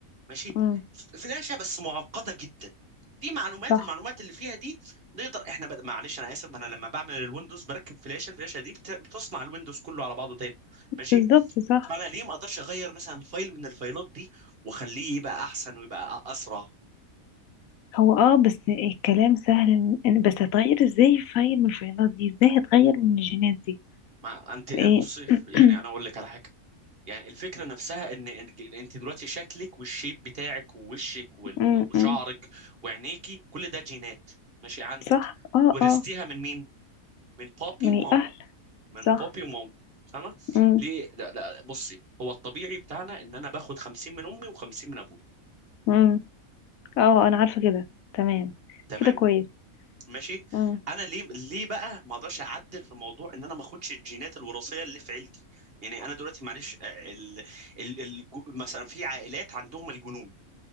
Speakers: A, on the right; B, on the left.
A: ماشي
B: امم
A: ف- فلاشه بس معقده جدا في معلومات
B: صح
A: المعلومات اللي فيها دي نقدر احنا بد... معلش انا اسف ما انا لما بعمل الويندوز بركب فلاشه الفلاشه دي بت... بتصنع الويندوز كله على بعضه تاني ماشي
B: بالظبط صح
A: فانا ليه ما اقدرش اغير مثلا فايل من الفايلات دي واخليه يبقى احسن ويبقى اسرع
B: هو اه بس الكلام سهل إن- بس هتغير ازاي فايل من الفايلات دي ازاي هتغير من الجينات دي
A: ما انت بصي
B: ايه <clears throat>
A: يعني انا اقول لك على حاجه يعني الفكره نفسها ان إن انت دلوقتي شكلك والشيب بتاعك ووشك وال-
B: م-
A: وشعرك
B: م.
A: وعينيكي كل ده جينات ماشي عندك
B: صح اه
A: ورثتيها
B: اه
A: من مين من بابي
B: من
A: ومامي
B: الاهل
A: من
B: صح
A: بابي ومامي فاهمه
B: م-
A: ليه لا لا بصي هو الطبيعي بتاعنا ان انا باخد 50 من امي و50 من ابوي
B: م. اه انا عارفه كده تمام
A: تمام
B: كده كويس
A: ماشي
B: م-
A: انا ليه ليه بقى ما اقدرش اعدل في الموضوع ان انا ما اخدش الجينات الوراثيه اللي في عيلتي يعني انا دلوقتي معلش آه، ال... ال... ال... مثلا في عائلات عندهم الجنون